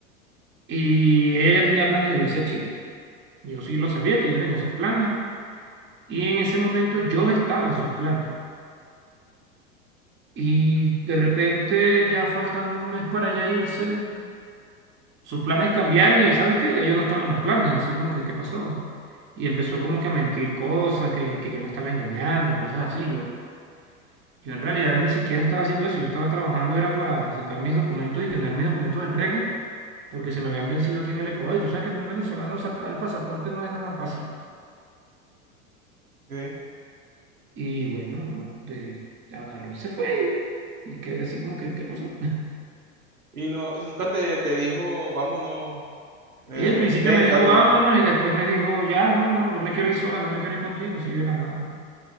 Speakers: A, on the right; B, on the right.
A: y ella ya tenía planes de irse a Chile. Yo sí lo sabía que ella tenía sus planes y en ese momento yo estaba en sus planes. Y de repente, ya faltando un mes para ya irse. sus planes cambiaron y ¿sabes qué? Ya yo no estaba en los planes, así como que, ¿qué pasó? Y empezó como que a mentir cosas, que, que yo la estaba engañando, cosas así. Yo, yo en realidad ni siquiera estaba haciendo eso, yo estaba trabajando, era para sacar mis documentos y tener mis documentos en regla, porque se me habían vencido aquí en el Ecuador. Y tú sabes que para un venezolano sacar el pasaporte no es nada fácil.
B: Ok.
A: Y bueno, no, de- agarró y se fue. Y, y quedé así como que, ¿qué pasó? <laughs>
B: Y no, y nunca te, te dijo, vámonos, eh,
A: Ella al principio
B: inténtalo.
A: me dijo, vámonos,
B: O
A: y después me dijo, ya, no, no, yo me quiero ir sola, no me quiero ir contigo, así de la nada.